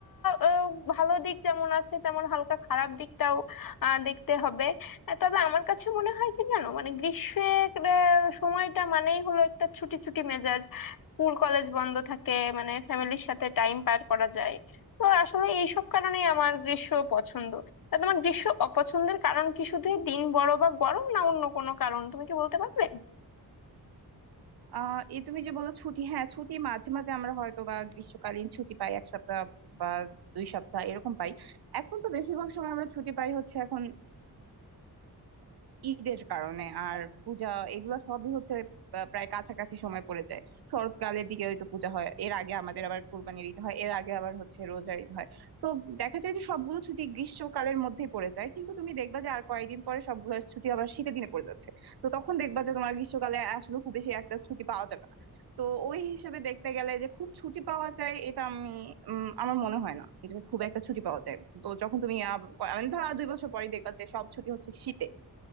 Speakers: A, on the left; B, on the right.
A: আহ, ভালো দিক যেমন আছে তেমন হালকা খারাপ দিকটাও আহ, দেখতে হবে আহ, তবে আমার কাছে মনে হয় কি জানো মানে গ্রীষ্মের আহ, সময়টা মানেই হলো একটা ছুটি ছুটি মেজাজ স্কুল কলেজ বন্ধ থাকে মানে ফ্যামিলির সাথে টাইম পার করা যায় তো আসলে এইসব কারণেই আমার গ্রীষ্ম পছন্দ তা তোমার গ্রীষ্ম অপছন্দের কারণ কি শুধু এই দিন বড় বা গরম না অন্য কোনো কারণ তুমি কি বলতে পারবে
B: আহ এই তুমি যে বলো ছুটি হ্যাঁ ছুটি মাঝে মাঝে আমরা হয়তো বা গ্রীষ্মকালীন ছুটি পাই এক সপ্তাহ বা দুই সপ্তাহ এরকম পাই এখন তো বেশিরভাগ সময় আমরা ছুটি পাই হচ্ছে এখন ঈদের কারণে আর পূজা এগুলো সবই হচ্ছে আহ, প্রায় কাছাকাছি সময় পড়ে যায় শরৎকালের দিকে হয়তো পূজা হয় এর আগে আমাদের আবার কুরবানির ঈদ হয় এর আগে আবার হচ্ছে রোজার ঈদ হয় তো দেখা যায় যে সবগুলো ছুটি গ্রীষ্মকালের মধ্যেই পড়ে যায় কিন্তু তুমি দেখবা যে আর কয়েকদিন পরে সবগুলো ছুটি আবার শীতের দিনে পড়ে যাচ্ছে তো তখন দেখবা যে তোমার গ্রীষ্মকালে আসলে খুব বেশি একটা ছুটি পাওয়া যাবে না তো ওই হিসেবে দেখতে গেলে যে খুব ছুটি পাওয়া যায় এটা আমি উম, আমার মনে হয় না এটা খুব একটা ছুটি পাওয়া যায় তো যখন তুমি আব- ক- মানে ধরো আর দুই বছর পরে দেখবা যে সব ছুটি হচ্ছে শীতে